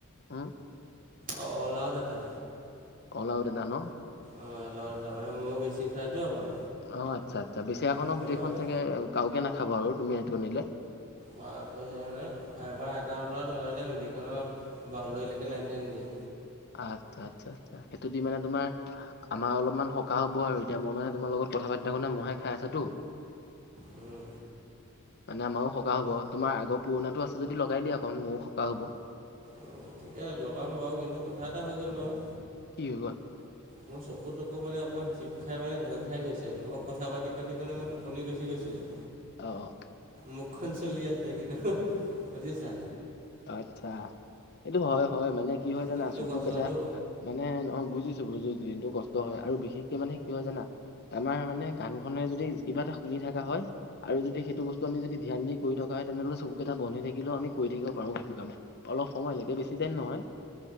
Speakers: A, on the left (about 50°); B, on the right (about 40°).
A: হুম!
B: অ' অল আউট এটা
A: অলাওদানা ন।
B: অ এলাও তামানে মহ বেছি খাই ত আমাৰ
A: অ আচ্ছা আচ্ছা, বেচি আখনক
B: সেইকাৰণে
A: গোটেইখন
B: এটা
A: চাগে কাওকে নাখাব আৰু তুমি এইটো আনিলে।
B: বা কৈছে এহেতে এবাৰ এটা ওলৰত লগালে নদীখনৰ বাউণ্ডৰীলৈকে লাইন টাইন দিয়ে।
A: আচ্ছা আচ্ছা আচ্ছা, সেইটো দি মানে তোমাৰ আমাৰ অলপমান সকাহ হ'ব আৰু এতিয়া মই মানে তোমাৰ লগত কথা পাতি থাকোঁতে মহে খাই আছে আছোতো?
B: উম।
A: মানে আমাৰো সকাহ হ'ব, তোমাৰ আগ পুৰণাটো আছে যদি লগাই দিয়া অকণ মোৰো সকাহ হ'ব।
B: অ ঠিকে লগাম বাওঁ কিন্তু কথা এটা হৈ গ'ল নহয়?
A: কি হৈ গল?
B: মোৰ চকু - তকু মানে অকণমান জীপ খাই মানে ঢেল খাই গৈছে, মই কথা পাতি - পাতি মানে মই টোপনি গুচি গৈছিলোঁ।
A: অ অ
B: মুখখন চলি আছিলে কিন্তু সুধিছা।
A: আচ্ছা, এইটো হয় হয় মানে কি হয় জানা
B: দিনটো
A: চকু
B: কষ্টটো
A: কেইটা মানে নহয় বুজিছো বুজিছো দিনটো কষ্ট হয় আৰু বিশেষকে মানে কি হয় জানা? আমাৰ মানে কাণখনে যদি কিবা এটা শুনি থকা হয় আৰু যদি সেইটো বস্তু আমি যদি ধ্যান দি কৰি থকা হয় তেনেহলে চকুকেইটা বন হৈ থাকিলেও আমি কৰি থাকিব পাৰোঁ সেইটো কাম, অলপ সময়লেকে বেছি টাইম নহয়।